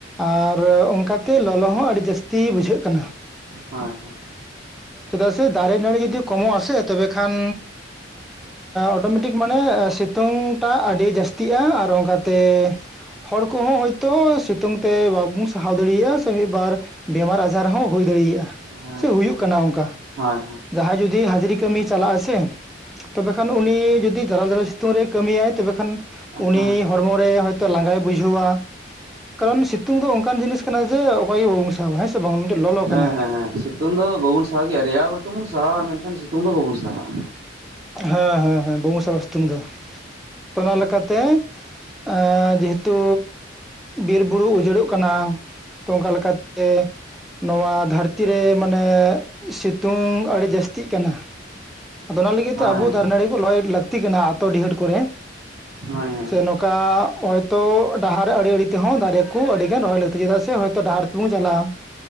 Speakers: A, in the centre; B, on the right.
A: ᱟᱨ ᱚᱱᱠᱟᱛᱮ ᱞᱚᱞᱚ ᱦᱚᱸ ᱟᱹᱰᱤ ᱡᱟᱹᱥᱛᱤ ᱵᱩᱡᱷᱟᱹᱜ ᱠᱟᱱᱟ᱾
B: ᱦᱳᱭ
A: ᱪᱮᱫᱟᱜ ᱥᱮ ᱫᱟᱨᱮ ᱱᱟᱹᱲᱤ ᱡᱩᱫᱤ ᱠᱚᱢᱚᱜ ᱟᱥᱮ ᱛᱚᱵᱮ ᱠᱷᱟᱱᱼᱼ ᱚᱴᱳᱢᱮᱴᱤᱠ ᱢᱟᱱᱮ ᱥᱤᱛᱩᱝ ᱴᱟᱜ ᱟᱹᱰᱤ ᱡᱟᱹᱥᱛᱤᱼᱼ ᱤᱫᱤᱭᱟ ᱟᱨ ᱚᱱᱠᱟᱛᱮᱼᱼ ᱦᱚᱲ ᱠᱚᱦᱚᱸ ᱦᱚᱳᱭᱛᱚ ᱥᱤᱛᱩᱝ ᱛᱮ ᱵᱟᱵᱚᱱ ᱥᱟᱦᱟᱣ ᱫᱟᱲᱮᱭᱟᱜᱼᱟ ᱥᱮ ᱢᱤᱫ ᱵᱟᱨᱼᱼ ᱵᱮᱤᱢᱟᱨ ᱟᱡᱟᱨ ᱦᱚᱸ ᱦᱩᱭ ᱫᱟᱲᱮᱭᱟᱼᱟ
B: ᱦᱳᱭ
A: ᱥᱮ
B: ᱦᱳᱭ
A: ᱦᱩᱭᱩᱜ ᱠᱟᱱᱟ ᱚᱱᱠᱟ᱾
B: ᱦᱳᱭ
A: ᱡᱟᱦᱟᱸᱭ ᱡᱩᱫᱤ ᱦᱟᱡᱨᱤ ᱠᱟᱹᱢᱤᱤᱭ ᱪᱟᱞᱟᱜ ᱟᱥᱮᱼᱼ ᱛᱚᱵᱮ ᱠᱷᱟᱱ ᱩᱱᱤ ᱡᱩᱚᱫᱤ ᱢᱟᱨᱟᱞ ᱢᱟᱨᱟᱞ ᱥᱤᱛᱩᱝ ᱨᱮ ᱠᱟᱹᱢᱤᱭᱟᱭ ᱛᱚᱵᱮ ᱠᱷᱟᱱᱼᱼ ᱩᱱᱤ
B: ᱦᱮᱸ ᱦᱮᱸ
A: ᱦᱚᱲᱢᱚ ᱨᱮ ᱦᱚᱭᱛᱚ ᱞᱟᱸᱜᱟᱭ ᱵᱩᱡᱷᱟᱹᱣᱟ᱾ ᱠᱟᱨᱚᱱ ᱥᱤᱛᱩᱝ ᱫᱚ ᱚᱱᱠᱟᱱ ᱡᱤᱱᱤᱥ ᱠᱟᱱᱟ ᱡᱮ ᱚᱠᱚᱭ ᱜᱮ ᱵᱟᱵᱚᱱ ᱥᱟᱦᱟᱣᱼᱟ ᱦᱮᱸ ᱥᱮ ᱵᱟᱝ ᱢᱤᱫᱴᱮᱱ ᱞᱚ ᱞᱚ
B: ᱦᱮᱸ
A: ᱠᱟᱱᱟ᱾
B: ᱦᱮᱸ ᱥᱤᱛᱩᱝ ᱫᱚ ᱵᱟᱵᱩᱱ ᱥᱟᱦᱟᱣ ᱜᱮᱭᱟ ᱨᱮᱭᱟᱲ ᱵᱟᱨᱪᱚᱝ ᱵᱚᱱ ᱥᱟᱦᱟᱜᱼᱟ ᱢᱮᱱᱠᱷᱟᱱ ᱥᱤᱛᱩᱝ ᱫᱚ ᱵᱟᱵᱚᱱ ᱥᱟᱦᱟᱜᱼᱟ᱾
A: ᱦᱮᱸ ᱦᱮᱸ ᱦᱮᱸ ᱵᱟᱝ ᱥᱟᱦᱟ ᱟ ᱥᱤᱛᱩᱝ ᱫᱚ ᱛᱚ ᱚᱱᱟ ᱞᱮᱠᱟᱛᱮ ᱟᱼᱼ ᱡᱮᱦᱮᱛᱩ ᱵᱤᱨᱵᱩᱨᱩ ᱩᱡᱟᱹᱲᱚᱜ ᱠᱟᱱᱟ᱾ ᱛᱚ ᱚᱱᱠᱟ ᱞᱮᱠᱟᱛᱮᱻᱻ ᱱᱚᱣᱟ ᱫᱷᱟᱹᱨᱛᱤ ᱨᱮ ᱢᱟᱱᱮ ᱥᱤᱛᱩᱝ ᱟᱹᱰᱤ ᱡᱟᱹᱥᱛᱤᱜ ᱠᱟᱱᱟ᱾ ᱟᱫᱚ ᱚᱱᱟ ᱞᱟᱹᱜᱤᱫ ᱛᱮ
B: ᱦᱳᱭ
A: ᱟᱵᱚ ᱫᱟᱨᱮ ᱱᱟᱹᱲᱤ ᱠᱚ ᱞᱟᱹᱭ ᱞᱟᱹᱠᱛᱤ ᱠᱟᱱᱟ ᱟᱛᱳ ᱰᱤᱦᱟᱹᱛ ᱠᱚᱨᱮ᱾
B: ᱦᱳᱭ ᱦᱳᱭ
A: ᱥᱮ ᱱᱚᱝᱠᱟ ᱦᱚᱭᱛᱚ ᱰᱟᱦᱟᱨ ᱟᱲᱮ ᱟᱲᱮ ᱛᱮ ᱦᱚᱸ ᱫᱟᱨᱮ ᱠᱚ ᱟᱹᱰᱤ ᱜᱟᱱ ᱨᱚᱦᱚᱭ ᱞᱟᱹᱠᱛᱤ ᱪᱮᱫᱟᱜ ᱥᱮ ᱦᱚᱭᱛᱚ ᱰᱟᱦᱟᱨ ᱛᱮᱻᱻ ᱛᱤᱜᱩ ᱪᱟᱞᱟᱜᱼᱟ